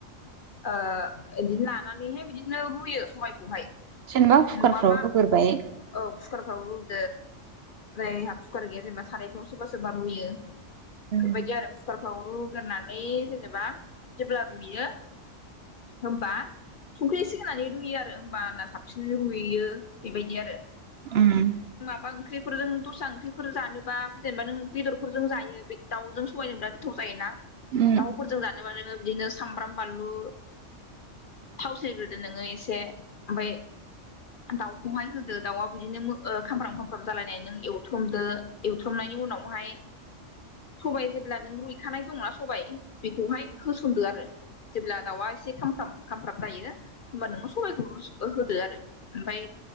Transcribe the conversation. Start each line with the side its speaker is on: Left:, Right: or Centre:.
Left: ओ बिदिनो लानानैहाय बिदिनो रुयो सबबायखौहाय।
Right: जेनेबा कुकारफ्राव
Left: नङाबा
Right: रुग्रोबाय
Left: औ कुकारफ्रावबो औ जायहा कुकार गैया जेनेबा सारायफ्राव सोरबा -सोरबा रुयो बेफोरबायदि
Right: उम
Left: आरो। रुग्रनानै जेनेबा जेब्ला रुयो होनबा संख्रि सिगांनानै रुइयो आरो होमबा साबसिन रुइयो बेबायदि आरो।
Right: ओम
Left: बा ओंख्रिफोरजों दस्रा ओंख्रिफोर जानोबा जेनेबा नों बेदर फोरजों जायो बे दाउजों संबा सबायजों बिराद गोथाव जायोना
Right: उम
Left: दाउफोरजों जानोबा नोङो बिदिनो सामब्राम बानलु थाव सेरग्रोदो नोङो एसे ओमफाय दाउखौहाय होदो दाउआ बिदिनो खामफ्राम -खामफ्राम जालायनानै नों एवथ्रमदो एवथ्रमनायनि उनावहाय सबाय जेब्ला नों रुइखानाय दंना सबाय बेखौहाय होसनदो आरो। जेब्ला दाउआ एसे खामफ्राम- खामफ्राम जायो होमबा नोङो सबायखौ होदो आरो ओमफ्राय